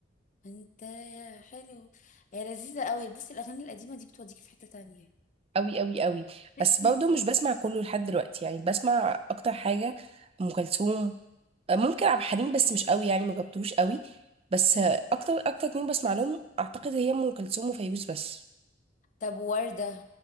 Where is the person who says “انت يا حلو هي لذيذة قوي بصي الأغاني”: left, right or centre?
Left